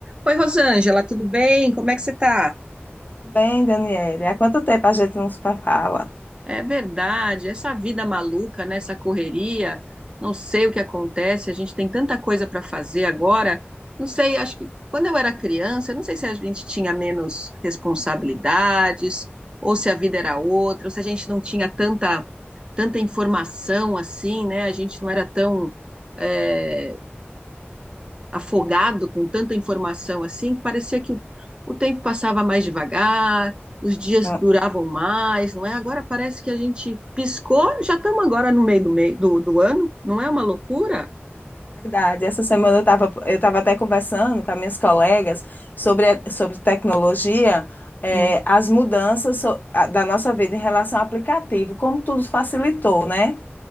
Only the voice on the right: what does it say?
Oi, Rosângela, tudo bem? Como é que você tá?
É verdade, essa vida maluca, né? Essa correria, não sei o que acontece, a gente tem tanta coisa para fazer agora. Não sei, acho que quando eu era criança, eu não sei se a gente tinha menos responsabilidades, ou se a vida era outra, ou se a gente não tinha tanta, tanta informação assim, né? A gente não era tão, eh, afogado com tanta informação assim que parecia que o, o tempo passava mais devagar, os dias
duravam mais, não é? Agora parece que a gente piscou, já estamos agora no meio do, meio do, do ano, não é uma loucura?
Hum.